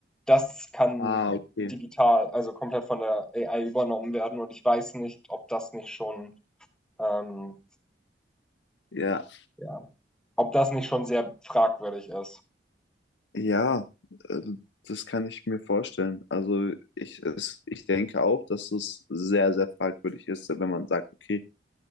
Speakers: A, in the centre; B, on the left.
A: das kann
B: Ah, okay.
A: digital, also komplett von der AI übernommen werden. Und ich weiß nicht, ob das nicht schon, ähm,
B: Ja,
A: ja, ob das nicht schon sehr fragwürdig ist.
B: Ja, äh, das kann ich mir vorstellen. Also ich, es, ich denke auch, dass es sehr, sehr fragwürdig ist, wenn man sagt, okay,